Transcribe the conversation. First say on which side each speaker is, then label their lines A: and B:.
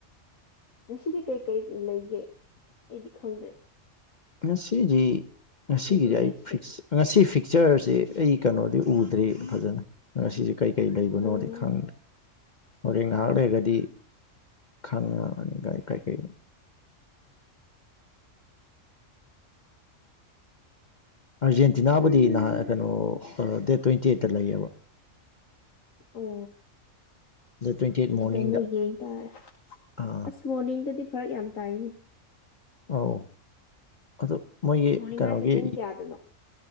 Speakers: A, on the left (about 80°); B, on the left (about 40°).
A: ꯉꯁꯤꯗꯤ ꯀꯩ ꯀꯔꯤ ꯂꯩꯒꯦ ꯑꯩꯗꯤ ꯈꯪꯗ꯭ꯔꯦ
B: ꯉꯁꯤꯗꯤ ꯉꯁꯤꯒꯤꯗꯤ
A: ꯉꯁꯤ
B: ꯑꯩ
A: ꯃꯦꯠꯁꯁꯦ
B: ꯉꯁꯤ ꯐꯤꯛꯆꯔꯁꯦ ꯑꯩ ꯀꯩꯅꯣꯗꯤ ꯎꯗ꯭ꯔꯦ ꯐꯖꯅ ꯉꯁꯤꯁꯦ ꯀꯩꯀꯩ ꯂꯩꯕꯅꯣꯗꯤ
A: ꯑꯣ
B: ꯈꯪꯗꯦ ꯍꯣꯔꯦꯟ ꯉꯥꯏꯍꯥꯛ ꯂꯩꯔꯒꯗꯤ ꯈꯪꯉꯅꯤ ꯀꯔꯤꯀꯔꯤꯅꯣ <inaudible> ꯑꯥꯔꯖꯦꯟꯇꯤꯅꯥꯕꯨꯗꯤ
A: ꯍꯝ
B: ꯅꯍꯥꯟ ꯀꯩꯅꯣ ꯗꯦꯠ ꯇ꯭ꯋꯦꯟꯇꯤ ꯑꯩꯠꯇ ꯂꯩꯌꯦꯕ
A: ꯑꯣ
B: ꯗꯦꯠ ꯇ꯭ꯋꯦꯟꯇꯤ ꯑꯩꯠ
A: ꯑꯗꯨꯗ
B: ꯃꯣꯔꯅꯤꯡꯗ
A: ꯑꯃꯨꯛ ꯌꯦꯡ ꯇꯥꯔꯦ
B: ꯑꯥ
A: ꯑꯁ ꯃꯣꯔꯅꯤꯡꯗꯗꯤ ꯐꯔꯛ ꯌꯥꯝ ꯇꯥꯏꯅꯦ
B: ꯑꯧ ꯑꯗꯨ ꯃꯣꯏꯒꯤ
A: ꯃꯣꯔꯅꯤꯡ
B: ꯀꯩꯅꯣꯒꯤ
A: ꯍꯥꯏꯁꯦ ꯄꯨꯡ ꯀꯌꯥꯗꯅꯣ